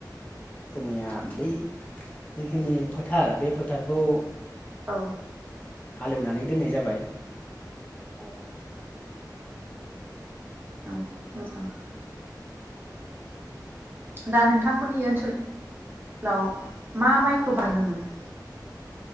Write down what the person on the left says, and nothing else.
जोंनिया बै जिखिनि फोथार बे फोथार खौ
हालेवनानै दोननाय जाबाय। औ <inaudible>
<inaudible>